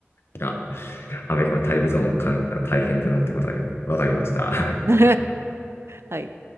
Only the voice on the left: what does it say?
や、アメリカはタイムゾーンかん大変だなってことがよくわかりました。